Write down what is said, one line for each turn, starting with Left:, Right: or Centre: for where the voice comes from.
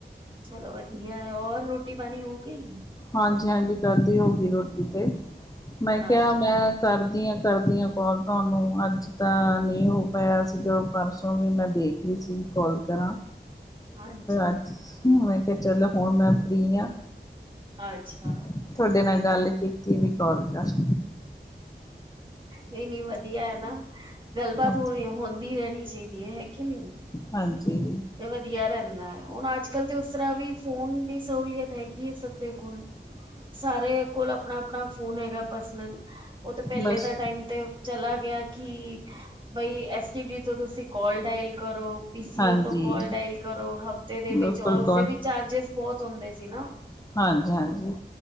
Right: ਚਲੋ ਵਧੀਆ ਹੋਰ ਰੋਟੀ ਪਾਣੀ ਹੋ ਗਈ?
Left: ਹਾਂਜੀ ਹਾਂਜੀ ਕਦ ਦੀ ਹੋਗੀ ਰੋਟੀ ਤੇ ਮੈਂ ਕਿਹਾ
Right: ਅੱਛਾ
Left: ਮੈਂ ਕਰਦੀ ਹਾਂ ਕਰਦੀ ਹਾਂ ਕੋਾਲ ਤੁਹਾਨੂੰ ਅੱਜ ਤਾਂ ਨਹੀਂ ਹੋ ਪਾਇਆ ਸੀਗਾ ਪਰਸੋਂ ਵੀ ਮੈਂ ਦੇਖ ਰੀ ਸੀ। ਕਾੱਲ ਕਰਾਂ?
Right: ਹਾਂਜੀ
Left: ਅੱਜ ਮੈਂ ਕਿਹਾ ਚੱਲੋ ਹੁਣ ਮੈਂ ਫ੍ਰਰੀ ਹਾਂ।
Right: ਅੱਛਾ
Left: ਤੁਹਾਡੇ
Right: ਨਹੀਂ
Left: ਨਾਲ
Right: ਨਹੀਂ
Left: ਗੱਲ ਕੀਤੀ ਵੀ ਕਾਲ ਕਰ।
Right: ਇਹ ਨੀ ਵਧੀਆ ਹੈ ਨਾ? ਗੱਲਬਾਤ
Left: ਹਾਂਜੀ
Right: ਹੋਣੀ ਹੁੰਦੀ ਰਹਿਣੀ ਚਾਹੀਦੀ ਹੈ ਹੈ ਕੇ ਨਹੀਂ?
Left: ਹਾਂਜੀ
Right: ਤੇ ਵਧੀਆ ਰਹਿੰਦਾ ਹੈ ਹੁਣ ਅੱਜ ਕੱਲ ਤੇ ਉਸ ਤਰ੍ਹਾਂ ਵੀ ਫੋਨ ਦੀ ਸਹੂਲੀਅਤ ਹੈਗੀ ਹੈ ਸਭ ਦੇ ਕੋਲ ਸਾਰੇ ਕੋਲ ਆਪਣਾ ਆਪਣਾ ਫੋਨ ਹੈਗਾ ਸ ਉਹ ਤੇ ਪਹਿਲੇ
Left: ਬਸ
Right: ਦਾ ਟਾਈਮ ਤੇ ਚਲਾ ਗਿਆ ਕਿ ਬਈ ਐਸਟੀ ਡੀ ਤੋਂ ਤੁਸੀਂ ਕੋਲ ਡਾਇਲ ਕਰੋ ਪੀਸੀ
Left: ਹਾਂਜੀ
Right: ਓ ਕਾਲ ਡਾਇਲ ਕਰੋ ਹਫਤੇ ਦੇ
Left: ਲੋਕਲ
Right: ਵਿੱਚ ਰ ਉਸਦੇ
Left: ਕੌਣ
Right: ਵੀ ਚਾਰਜਿਸ ਬਹੁਤ ਹੁੰਦੇ ਸੀ ਨਾ
Left: ਹਾਂਜੀ ਹਾਂਜੀ